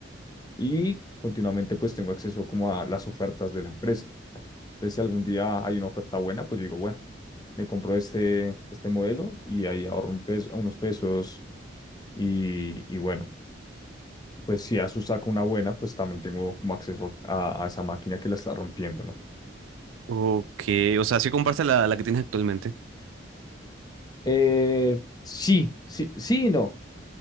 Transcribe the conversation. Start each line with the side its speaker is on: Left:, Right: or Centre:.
Left: y continuamente pues tengo acceso como a las ofertas de la empresa. Entonces, si algún día hay una oferta buena, pues yo digo, bueno me compro este, este modelo y ahí ahorro un peso, unos pesos Y, y bueno, pues si Asus saca una buena, pues también tengo como acceso a, a esa máquina que la está rompiendo, ¿no?
Right: Ok, o sea, si compraste la, la que tienes actualmente.
Left: Eh, sí, sí, sí y no.